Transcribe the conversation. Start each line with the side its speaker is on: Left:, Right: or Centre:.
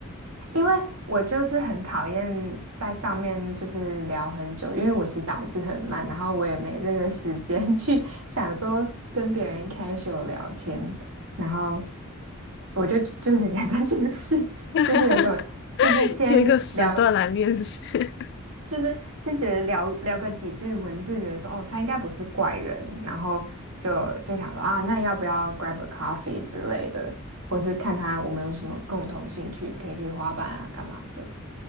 Right: 因为我就是很讨厌在上面就是聊很久，因为我其实打字很慢，然后我也没这个时间 <laughs> 去想说跟别人 casual 聊天，然后我就就是人家这件事，
Left: <laughs>
Right: 就是有种就是先聊，
Left: 约一个时段来面试。<laughs>
Right: 就是先觉得聊聊个几句文字，觉得说哦他应该不是怪人，然后就就想说啊那要不要 grab a coffee 之类的，或是看他我们有什么共同兴趣，可以去滑板啊干嘛的。